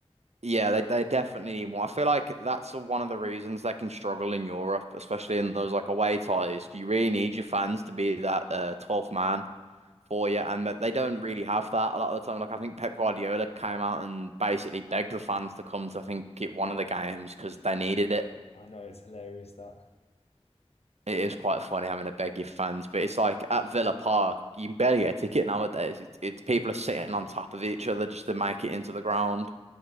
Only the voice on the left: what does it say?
I know it's hilarious that.